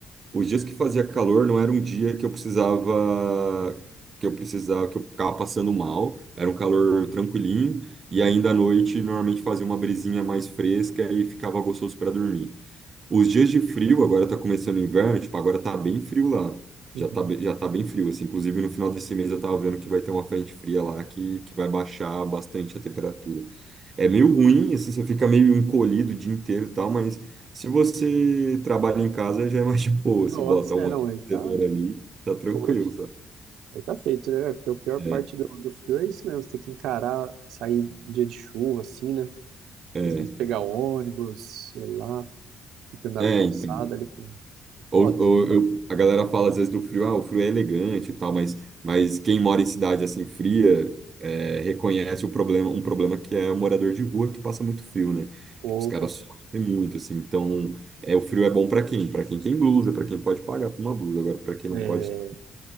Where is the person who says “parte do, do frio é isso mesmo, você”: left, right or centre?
Right